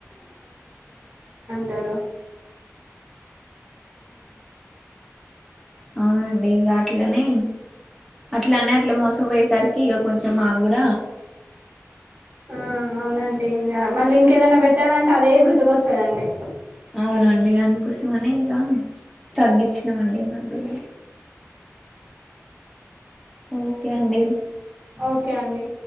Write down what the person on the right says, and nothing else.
టరు
ఆ అవునండి గ మళ్ళీ ఇంకేదైనా పెట్టాలంటే అదే గుర్తుకొస్తదండి
ఓకే అండి